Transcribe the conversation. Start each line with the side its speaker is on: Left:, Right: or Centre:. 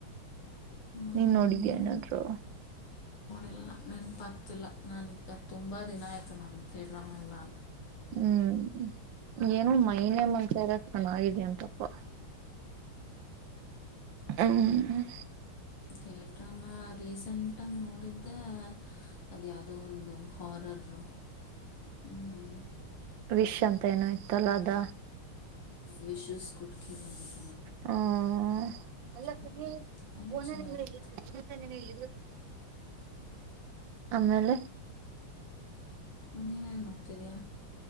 Left: ಮೈನೆ
Right: ನೀನ್ ನೋಡಿದೀ ಏನಾದ್ರೋ.
Left: ಇಲ್ಲಾ ನೆನ್ಪ ಆಗ್ತಿಲ್ಲಾ ನಾನ ಇಗಾಗ್ಗ ತುಂಬಾ ದಿನಾ ಆಯ್ತು ನನ್ಥೆ ಡ್ರಾಮಾ ಎಲ್ಲಾ.
Right: ಹ್ಮ್ ಏನೋ ಮೈನೆಮ. ಚರಕ ನಾಯಿದ ಏನ ತಪ್ಪೊ. ಹ್ಮ್
Left: ಕೇಟ್ರಮ್ಮ ರೀಸೆಂಟ್ಗ ನೋಡಿದ್ದ ಅದ ಯಾದೋ ಒಂದೊ. ಹ್ವಾರರ್ ರೂ ಅಹ್ಹಹ್ಮ್.
Right: ವಿಶ್ ಅಂತ ಏನು ಇತ್ತ್ ಅಲ್ಲ ಅದ.
Left: ವಿಶೂಸ್ಸ ಕುಟ್ಕಿಲ ನಮ್.
Right: ಹ್ಹಹ್ <unintelligible>
Left: ಅದು ನೋಡಿದ್ದು ಅದು ಚೆನ್ನಾಗಿತ್ತು
Right: ಆಮ್ಮೇಲೆ.
Left: ಹ್ಮ ನೀನ್ ಏನ್ ಮಾಡ್ತಿದಿಯಾ.